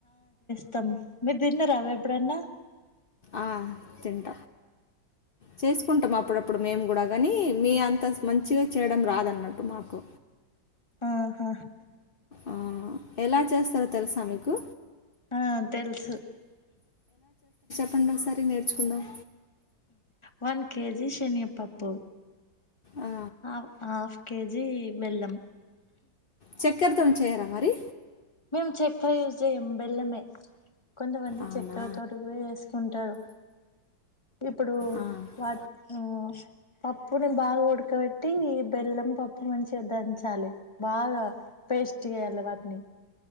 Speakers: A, on the left; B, on the left.
A: స్తం మీర్ దిన్న రా ఎప్పుడన్నా
B: ఆ తింట చేసుకుంటాం అప్పుడప్పుడు మేము కూడా గానీ మీ అంతా మంచిగా చేయడం రాదన్నట్టు మాకు
A: ఆహ
B: ఆ, ఎలా చేస్తారో తెలుసా మీకు
A: ఆ తెల్సు
B: చెప్పుండి ఒకసారి నేర్చుకుందాం
A: వన్ కేెజి శనియపప్పు
B: ఆ,
A: అఫ్ ఆఫ్ కేజీ బెల్లం
B: చెక్కెరతోని చేయరా మరి
A: మేమ్ చెక్కర యూస్ చేయం బెల్లమె కొంత మంది
B: అవునా
A: చక్కర తోటు కూడా స్తుంటరు ఇప్పుడు
B: ఆ, ఆ,
A: వాట్ ఆ పప్పుని బాగ ఉడకబెట్టి బెల్లం పప్పు మంచిగా దంచాలె బాగా పేస్ట్ చేయాలె వాటిని